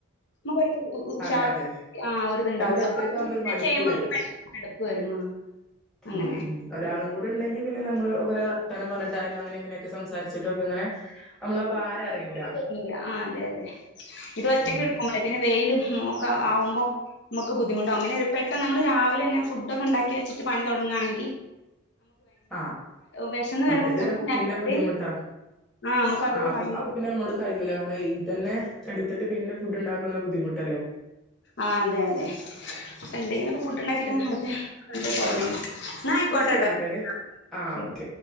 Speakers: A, on the left (about 55°); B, in the centre.
A: നമുക്കൊരു ഉഷാറ്.
B: അതെ അതെ
A: ആ ഒരിതുണ്ടാവുള്ളു.
B: മറ്റേത് ഒറ്റക്കാവുമ്പോ ഒരു മടുപ്പ്
A: ചെയുമ്പോ
B: വരും
A: പെട്ടെന്ന് മടുപ്പ് വെരും. അങ്ങനെ
B: ഉം ഉം ഒരാളും കൂടെ ഇണ്ടെങ്കി പിന്നെ നമ്മള് കൊറേ വർത്താനം പറ്ഞ്ഞിട്ടായാലും അങ്ങനെ ഇങ്ങനെക്കെ സംസാരിച്ചിട്ടൊക്കെങ്ങനെ നമ്മള് ആ ഭാരം അറിയൂല്ല.
A: തോന്നൂല്ല. ആ അതെ അതെ. ഇത് ഒറ്റക്ക്
B: ഉം
A: എടുക്കുമ്പഴേ പിന്നെ വെയിലും ഒക്കെ ആവുമ്പം. നമുക്ക് ബുദ്ധിമുട്ടാവും. പിന്നെ പെട്ടന്ന് നമ്മള് രാവിലെന്നെ ഫുഡൊക്കെ ഉണ്ടാക്കി വച്ചിട്ട് പണി തൊടങ്ങാണെങ്കി
B: ആഹ്
A: വിശന്ന്
B: മറ്റേത്
A: വരുമ്പോ ഫുഡ് ഉണ്ടാക്കിട്ട്
B: പിന്നെ ബുദ്ധിമുട്ട
A: ആഹ് നമുക്ക് അതൊരു
B: ആ അ
A: ഭയങ്കര
B: അപ്പൊ പിന്നെ അമ്മോടു കഴൂല്ല. കാരണം ഇതെന്നെ എടുത്തിട്ട് പിന്നെ ഫുഡ് ഉണ്ടാക്കുന്ന ബുദ്ധിമുട്ടെല്ലെ.
A: ആ അതെ അതെ. അപ്പ എന്തെങ്കിലൊക്കെ ഫുഡ് ഉണ്ടാക്കിട്ട്
B: എന്നാ
A: അടുത്തെണ്ട് തൊടങ്ങണം. ഇന്നാ ആയിക്കോട്ടെട്ടൊ.
B: ശരിട്ടടി ആഹ്
A: ശെരി
B: ഓക്കെ